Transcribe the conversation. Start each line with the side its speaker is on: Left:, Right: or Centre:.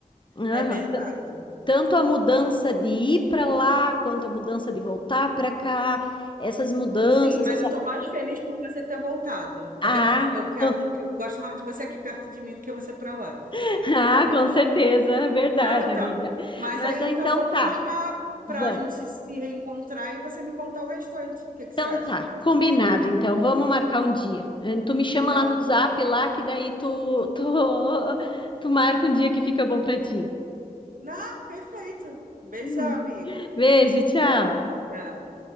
Left: Aham.
Right: É verdade.
Left: Tan- Tanto a mudança de ir para lá, quanto a mudança de voltar para cá, essas mudanças,
Right: Sim, mas
Left: essa
Right: eu tô mais feliz por você ter voltado.
Left: Ah,
Right: <laughs> Eu quero,
Left: com,
Right: eu gosto mais de você aqui perto de mim do que você para lá.
Left: <laughs> ah, com certeza, é verdade,
Right: Não, então.
Left: amiga.
Right: Mas
Left: Mas
Right: aí
Left: ah,
Right: então
Left: então
Right: vamos
Left: tá,
Right: marcar para
Left: vamos.
Right: a gente se reencontrar e você me contar o restante. O que que
Left: Então
Right: você acha?
Left: tá, combinado. Então vamos marcar um dia. Eh, Tu me chama
Right: Tá
Left: lá no
Right: bom.
Left: Zap lá que daí tu tu, <laughs> tu marca um dia que fica bom pra ti.
Right: Não, perfeito. Beijão,
Left: Uhum.
Right: amiga.
Left: Beijo, tchau.
Right: Tchau.